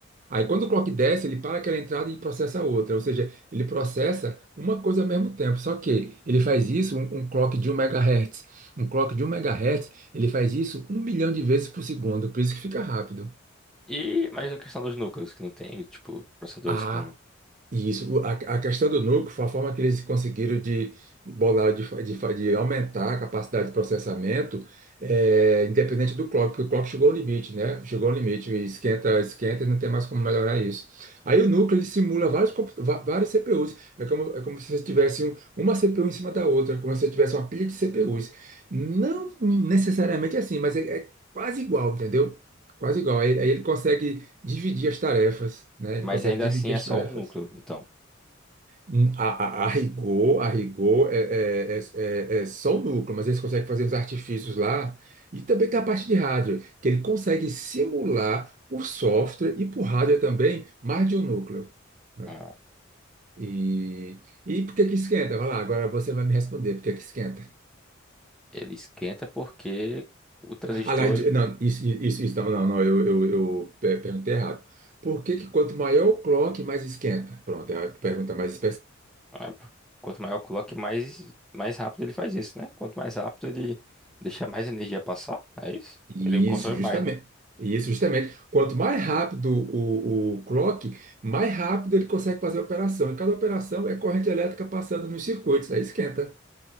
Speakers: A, on the right; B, in the centre.
A: Aí quando o clock desce, ele para aquela entrada e processa outra. Ou seja, ele processa uma coisa ao mesmo tempo. Só que ele faz isso, um, um clock de um megahertz, Um clock de um megahertz, ele faz isso um milhão de vezes por segundo. Por isso que fica rápido.
B: E mais a questão dos núcleos, que não tem, tipo, processadores
A: Ah,
B: com.
A: E Isso, o- a, a questão do núcleo foi a forma que eles conseguiram de bolar, de, fa- de, fa- de aumentar a capacidade de processamento, eh, independente do clock, porque o clock chegou ao limite, né? Chegou ao limite, e esquenta, esquenta e não tem mais como melhorar isso. Aí o núcleo ele simula vários, compu- va- vários CPUs, é como, é como se você tivesse um- uma CPU em cima da outra, como se você tivesse uma pilha de CPUs. Não necessariamente assim, mas é, é quase igual, entendeu? Quase igual. Aí, aí ele consegue dividir as tarefas, né? Ele
B: Mas
A: consegue
B: ainda
A: dividir
B: assim
A: as
B: é só
A: tarefas.
B: um núcleo, então.
A: Hum, A, a, a rigor, a rigor é, é, é, é- é só o núcleo, mas eles conseguem fazer os artifícios lá. E também tem a parte de hardware, que ele consegue simular por software e por hardware também mais de um núcleo. Né?
B: Ah,
A: E, e por que que esquenta? Vai lá, agora você vai me responder por que que esquenta.
B: Ele esquenta porque o transistor
A: Aliás, de- não, isso, isso, isso não, não, não, eu, eu, eu pe- perguntei errado. Por que que quanto maior o clock, mais esquenta? Pronto, é a pergunta mais
B: Ah, p- Quanto maior o clock, mais, mais rápido ele faz isso, né? Quanto mais rápido ele deixa mais energia passar, é isso?
A: Isso,
B: Ele consome
A: justamente.
B: mais, né?
A: Isso, justamente. Quanto mais rápido o, o clock, mais rápido ele consegue fazer a operação. E cada operação é corrente elétrica passando nos circuitos, aí esquenta.